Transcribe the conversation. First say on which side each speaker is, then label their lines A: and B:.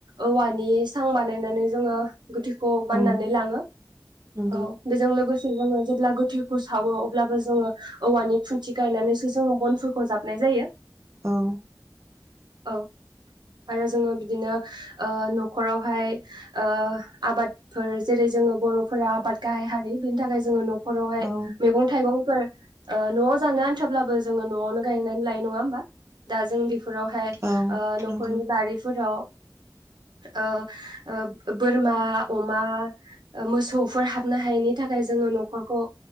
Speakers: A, on the right; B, on the right.
A: औवानि सां बानायनानै जोङो गोथैखौ बाननानै
B: उम
A: लाङो
B: नंगौ
A: औ बेजों लोगोसे ङो जेब्ला गोथैखौ सावो अब्लाबो जोङो औवानि खुन्थि गायनानैसो जोङो बनफोरखौ जाबनाय जायो
B: औ
A: औ आरो जोङो बिदिनो ओ न'खरावहाय ओ आबादफोर जेरै जोङो बर'फोरा आबाद गाहाय हारि बिनि थाखाय जोङो न'खर हरावहाय
B: औ
A: मैगं थाइगंफोर ओ न'आव जानो आन्थाब्लाबो जोङो न'आवनो गायनानै दा जों बेखौ फोरावहाय
B: औ
A: ओ न'खरनि
B: नंगौ
A: बारिफोराव ओ ओ बोरमा अमा मोसौ फोर हाबनो हायिनि थाखाय जोङो न'खरखौ